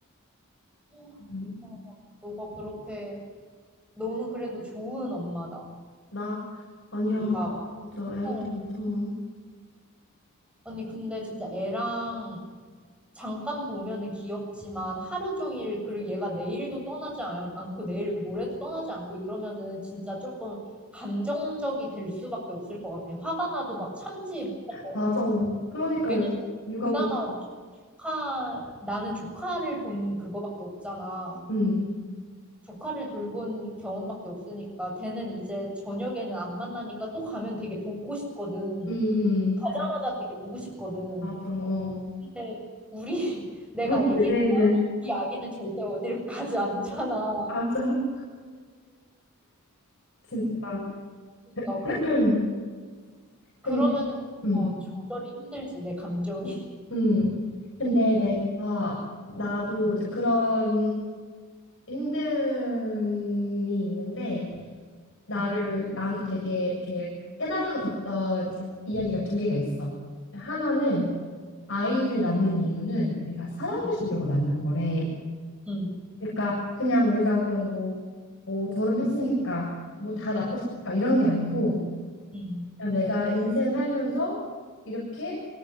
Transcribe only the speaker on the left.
음,
나 아니야
나
진짜 애한테
엄청
맞아.
그러니까
요새 육아
울지.
음,
음, 음.
맞아. 어.
<laughs>
내 해에는
맞아. <laughs> 진짜.
<clears throat>
근데
음.
음. 근데
내가
나도 이제 그런 힘듦이 있는데 나를
나한테 되게 이렇게 깨달음을 줬던 이제 이야기가 두 개가 있어. 하나는
아이를 낳는 이유는 우리가 사랑해
주려고 낳는 거래.
그러니까 그냥 우리가 그냥 뭐 뭐 결혼했으니까 뭐 다 낳고 살까 이런 게 아니고
그냥 내가 인생 살면서 이렇게